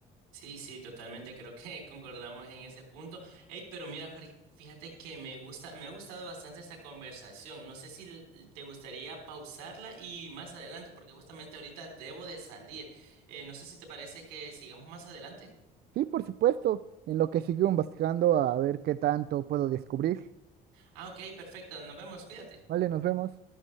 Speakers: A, on the right; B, on the right.
A: Sí, sí, totalmente. Creo que <laughs> concordamos en ese punto. Hey, pero mira, Jorge, fíjate que me gusta, me ha gustado bastante esta conversación. No sé si l- te gustaría pausarla y más adelante, porque justamente ahorita debo de salir. Eh, no sé si te parece que sigamos más adelante.
B: Sí, por supuesto, en lo que sigo investigando a ver qué tanto puedo descubrir.
A: Ah, ok, perfecto. Nos vemos. Cuídate.
B: Vale, nos vemos.